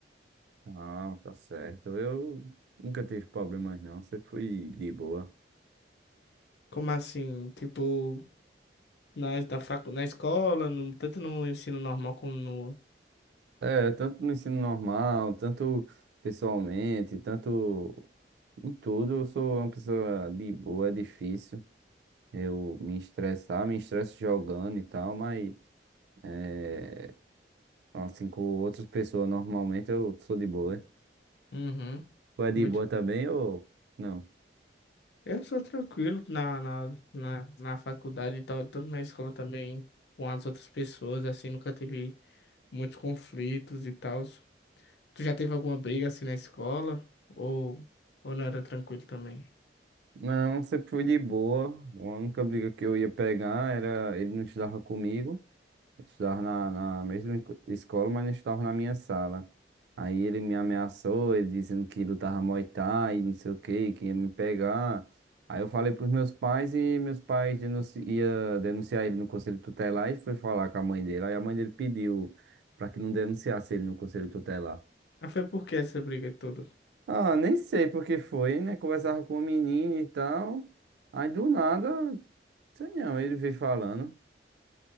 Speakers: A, on the right; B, on the left.
A: Ah, tá certo. Eu nunca tive problemas, não. Sempre fui de boa.
B: Como assim? Tipo, na, da facu, na escola, no- tanto no ensino normal como no.
A: É, tanto no ensino normal, tanto pessoalmente, tanto Em tudo, eu sou uma pessoa de boa, é difícil eu me estressar, me estresso jogando e tal, mas é, assim com outras pessoas normalmente eu sou de boa.
B: Uhum.
A: Tu é de
B: Muito
A: boa também ou não?
B: Eu sou tranquilo na, na, na, na faculdade e tal, tanto na escola também, com as outras pessoas, assim, nunca tive muitos conflitos e tal. Tu já teve alguma briga assim na escola? Ou, ou não era tranquilo também?
A: Não, sempre fui de boa. A única briga que eu ia pegar era ele não estudava comigo. Estudava na, na mesma enco- escola, mas não estudava na minha sala. Aí ele me ameaçou, ele dizendo que lutava Muay Thai, não sei o que, que ia me pegar. Aí eu falei pros meus pais e meus pais denunci ia denunciar ele no conselho tutelar e foi falar com a mãe dele. Aí a mãe dele pediu pra que não denunciasse ele no conselho tutelar.
B: Mas foi por que essa briga toda?
A: Ah, nem sei por que foi, né? Conversava com a menina e tal. Aí do nada, sei não, ele veio falando,